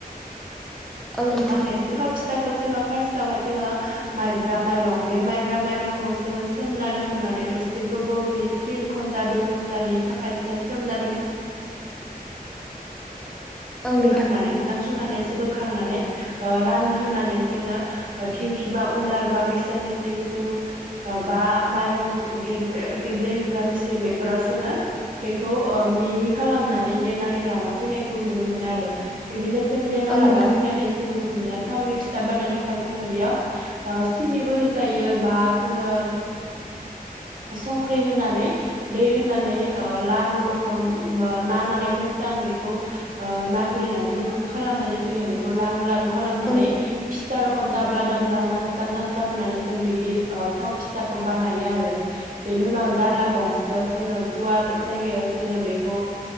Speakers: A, in the centre; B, on the right (about 60°).
A: औ नोंथां
B: बाङायसो थाव फिथाखौ जोङो फार्स्ट आवहाय जोङो माइब्रा माइरं बे माइब्रा माइरंखौ जोङो सोमना दोन्थ'नानै दसे गोबावनि तिन घन्टा दुइ घन्टानि थाखाय जोङो सोमना दोनथ'
A: औ नोंथां
B: लुखांनानै मोजां सुनानै जे बोखांनानै ओ रानहोनानै जोङो थिंखि बा उलार बा मिक्सार मेसिन जों बा माइरं गेब्लेहोग्रा मेसिं बेफोराव जोङो बेखौ ओ मिहि खालामनानै देनानै लाना फैनायखौ नुनो मोनो। मोन आरो। बिदिनो जों देना
A: औ
B: लाना
A: नोंथां
B: फैनानै जोङो थावनि फिथाब बानायनो थाखाय जोङो बेयाव सिनिबो होजायो बा जोङो संख्रि होनानै दै होनानै लारु रखम नानानै मोजां बेखौ ओ नाग्लिनानै मोजां खालामनानै जोङो बेखौ लारु लारु खालामनानै
A: औ नोंथां
B: फिथा रखम दाब्ला दाब अब्ला नासथाब नासथाब होनानै जों बिदि ओ थाव फिथाखौ बानायो आरो। बेनि उनाव दाला गंसेयाव जोङो गुवार जायगायाव जोङो बेखौ